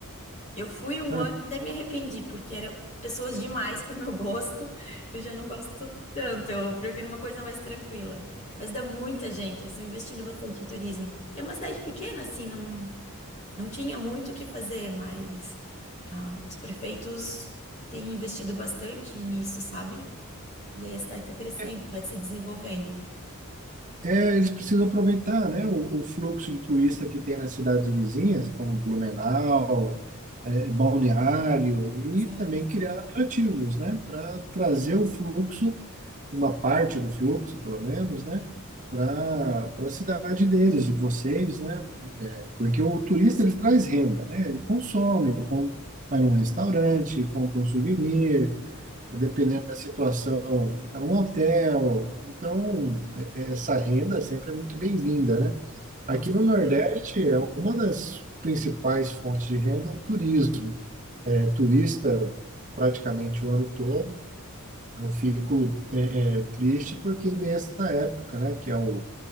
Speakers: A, on the left; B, on the right.
A: Eu fui um
B: Ah,
A: ano e até me arrependi, porque eram pessoas demais para o <laughs> meu gosto. Eu já não gosto tanto, eu prefiro uma coisa mais tranquila. Mas dá muita gente, eles estão investindo bastante em turismo. E é uma cidade pequena, assim, não, não tinha muito o que fazer, mas ah, os prefeitos têm investido bastante nisso, sabe? E aí a cidade está crescendo,
B: É,
A: está se desenvolvendo.
B: é, eles precisam aproveitar, né, o, o fluxo de turista que tem nas cidades vizinhas, como Blumenau, é, Balneário, e
A: Sim.
B: também criar atrativos, né, para trazer o fluxo uma parte do fluxo, pelo menos, né, para para a cidade deles, de vocês, né? Porque o turista ele traz renda, né? Ele consome, ele com- vai num restaurante, compra um souvenir, dependendo da situação, fica num hotel. Então, é- é- essa renda sempre é muito bem-vinda, né? Aqui
A: Com certeza.
B: no Nordeste é uma das principais fontes de renda é o turismo. É turista praticamente o ano todo eu fico é, é, triste porque vem essa época, né, que é o,